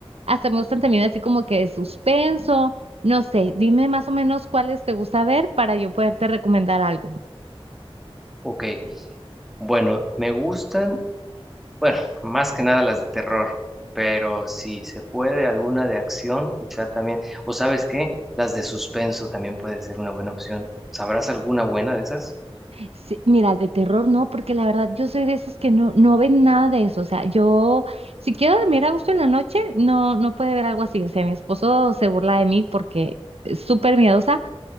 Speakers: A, on the right; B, in the centre.
A: hasta me gustan también así como que de suspenso, no sé, dime más o menos cuáles te gusta ver para yo poderte recomendar algo.
B: Ok, bueno, me gustan Bueno, más que nada las de terror, pero si se puede alguna de acción, quizá también, o sabes qué, las de suspenso también puede ser una buena opción. ¿Sabrás alguna buena de esas?
A: Sí, mira, de terror no, porque la verdad yo soy de esas que no, no ven nada de eso, o sea, yo, si quiero dormir a gusto en la noche, no, no puede ver algo así, o sea, mi esposo se burla de mí porque es súper miedosa.